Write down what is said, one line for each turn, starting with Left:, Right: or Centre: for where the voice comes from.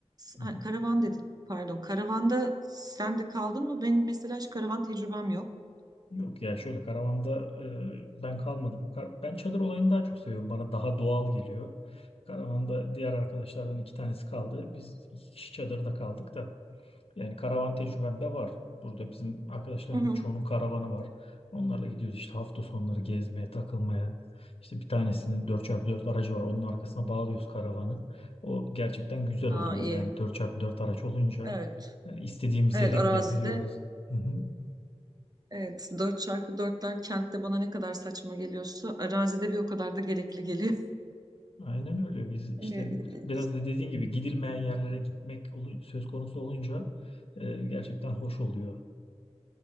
Left: Hı
Right: ha,
Left: hı.
Right: Karavan dedik. Pardon. Karavanda sen de kaldın mı? Benim mesela hiç karavan tecrübem yok.
Left: Yok ya şöyle karavanda e, ben kalmadım. Kar- ben çadır olayını daha çok seviyorum. Bana daha doğal geliyor. Karavanda diğer arkadaşlardan iki tanesi kaldı. Biz iki kişi çadırda kaldık da. Yani karavan tecrübem de var. Burada bizim arkadaşların
Right: Hı hı.
Left: çoğunun karavanı var. Onlarla gidiyoruz işte hafta sonları gezmeye, takılmaya. İşte bir tanesinin dört çarpı dört aracı var. Onun arkasına bağlıyoruz karavanı. O gerçekten güzel oluyor.
Right: Aa iyi.
Left: Yani dört çarpı dört araç olunca
Right: Evet.
Left: e, istediğimiz
Right: Evet
Left: yere
Right: arazide
Left: gidebiliyoruz. Hı hı.
Right: evet dört çarpı dörtler kentte bana ne kadar saçma geliyorsa arazide bir o kadar da gerekli geliyor. <laughs>
Left: Aynen öyle. Biz
Right: Hani
Left: işte bir-
Right: e,
Left: biraz da dediğin gibi gidilmeyen yerlere gitmek olu- söz konusu olunca e, gerçekten hoş oluyor.